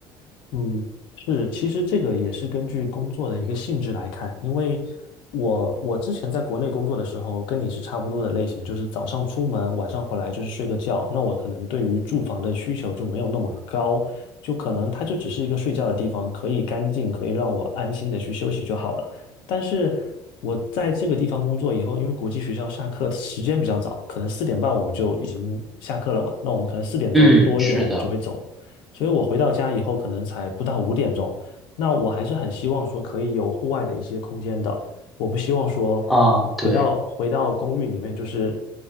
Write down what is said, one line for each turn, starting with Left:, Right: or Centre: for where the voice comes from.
Left: 嗯，是，其实这个也是根据工作的一个性质来看，因为我我之前在国内工作的时候，跟你是差不多的类型，就是早上出门，晚上回来就是睡个觉。那我可能对于住房的需求就没有那么高，就可能它就只是一个睡觉的地方，可以干净，可以让我安心的去休息就好了。但是我在这个地方工作以后，因为国际学校下课时间比较早，可能四点半我们就已经下课了嘛，那我们可能四点钟多一点我们就会走。
Centre: 嗯，是的，
Left: 所以我回到家以后可能才不到五点钟。那我还是很希望说可以有户外的一些空间的，我不希望说
Centre: 啊，对
Left: 回到回到公寓里面就是